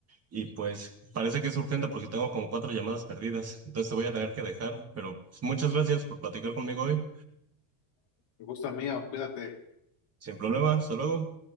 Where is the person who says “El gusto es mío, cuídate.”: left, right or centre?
Left